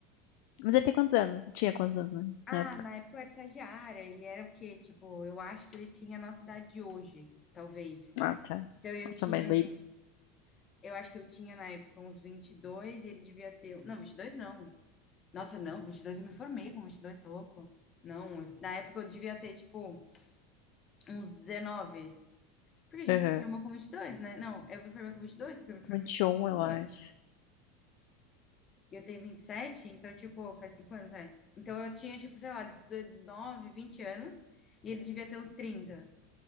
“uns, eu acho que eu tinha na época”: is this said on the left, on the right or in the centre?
Left